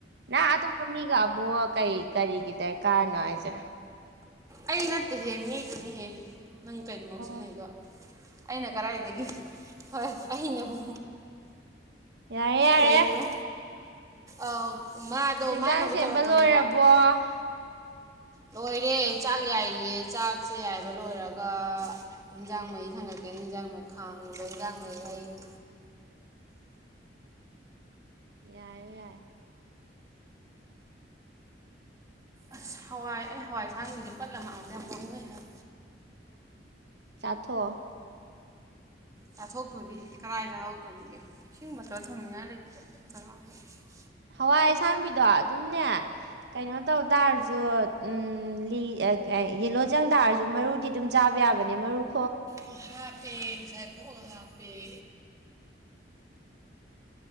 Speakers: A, on the right; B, on the right.
A: ꯅꯥ ꯑꯇꯣꯞꯄ ꯃꯤꯒ ꯑꯃꯨꯛ ꯀꯔꯤ ꯀꯔꯤꯒꯤ ꯗꯔꯀꯥꯔꯅꯣ ꯍꯥꯏꯁꯦ
B: ꯑꯩ ꯅꯠꯇꯦꯍꯦ ꯃꯤꯗꯨꯅꯍꯦ ꯅꯪ ꯀꯩꯅꯣ ꯉꯧꯁꯤꯉꯩꯗꯣ
A: ꯑꯣ
B: ꯑꯩꯅ ꯀꯗꯥꯥꯏꯗꯒꯤ ꯍꯣꯏ ꯑꯩꯅꯕꯨ
A: ꯌꯥꯔꯦ ꯌꯥꯔꯦ
B: ꯂꯩꯔꯤꯕ ꯑꯥ ꯃꯥꯗꯣ
A: ꯍꯦꯟꯖꯥꯡ
B: ꯃꯥꯅꯕꯨ
A: ꯁꯦꯝꯕ
B: ꯇꯧꯔꯛꯄꯅꯦꯕ
A: ꯂꯣꯏꯔꯕꯣ
B: ꯂꯣꯏꯔꯦ ꯆꯥꯛ ꯌꯥꯏꯔꯤꯌꯦ ꯆꯥꯛꯁꯦ ꯌꯥꯏꯕ ꯂꯣꯏꯔꯒ ꯍꯤꯟꯖꯥꯡ ꯃꯩ ꯊꯥꯡꯉꯛꯀꯦꯅ ꯍꯟꯖꯥꯡ ꯈꯥꯡꯗꯥ ꯍꯟꯖꯥꯡ ꯃꯩ ꯍꯩꯔꯤ
A: ꯌꯥꯏꯌꯦ ꯌꯥꯏ
B: ꯑꯁ ꯍꯋꯥꯏ ꯑꯩ ꯍꯋꯥꯏꯁꯥꯡ ꯃꯤꯁꯦ ꯄꯠꯂ ꯃꯥꯡꯗ ꯌꯥꯝ ꯄꯥꯎꯃꯨꯏ ꯍꯥꯏ
A: ꯆꯥꯊꯣꯛꯑꯣ
B: ꯆꯥꯊꯣꯛꯇꯣꯔꯤ ꯀꯗꯥꯥꯏ ꯍꯧꯇꯣꯔꯤꯒꯦ ꯏꯁꯤꯡ ꯕꫭꯇꯜ ꯊꯝꯅꯤꯡꯉꯥꯏ ꯂꯩꯇꯦ <unintelligible>
A: ꯍꯋꯥꯏ ꯑꯁꯥꯡꯕꯤꯗꯣ ꯑꯗꯨꯝꯅꯦ ꯀꯩꯅꯣ ꯇꯧ ꯇꯔꯁꯨ ꯎꯝ ꯂꯤ ꯑꯦ ꯀꯩ ꯌꯦꯂꯣ ꯆꯪ ꯇꯔꯁꯨ ꯃꯔꯨꯗꯤ ꯑꯗꯨꯝ ꯆꯥꯕ ꯌꯥꯕꯅꯦ ꯃꯔꯨꯞ
B: ꯑꯣ ꯍꯥꯞꯄꯦ ꯉꯁꯥꯏ ꯈꯣꯑꯥ ꯍꯥꯞꯄꯦ <unintelligible>